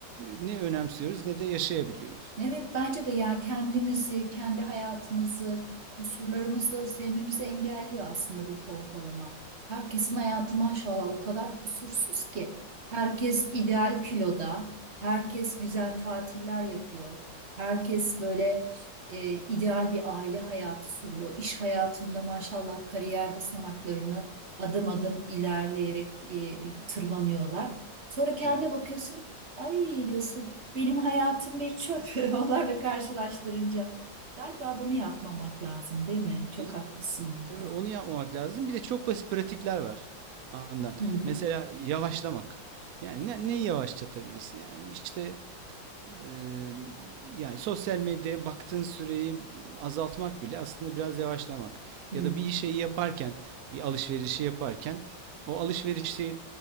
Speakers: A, on the right (about 70°); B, on the right (about 45°).
A: ne önemsiyoruz ne de yaşayabiliyoruz.
B: Evet bence de ya kendimizi, kendi hayatımızı, kusurlarımızla sevmemizi engelliyor aslında bu pompalama. Herkesin hayatı maşallah o kadar kusursuz ki. Herkes ideal kiloda, herkes güzel tatiller yapıyor. Herkes böyle e, ideal bir aile hayatı sürüyor. İş hayatında maşallah kariyer basamaklarını adım adım ilerleyerek e, tırmanıyorlar. Sonra kendine
A: Evet.
B: bakıyorsun, ay diyorsun. Benim hayatım bir çöp <laughs> onlarla karşılaştırınca. Galiba bunu yapmamak lazım, değil mi? Çok
A: E,
B: haklısın orada.
A: tabii onu yapmamak lazım. Bir de çok basit pratikler var Handan.
B: Hı hı,
A: Mesela yavaşlamak. Yani ne, neyi yavaşlatabilirsin? Yani işte Eee, yani sosyal medyaya baktığın süreyi azaltmak bile aslında biraz yavaşlamak.
B: hı
A: Ya
B: hı,
A: da bir şeyi yaparken, bir alışverişi yaparken o alışverişi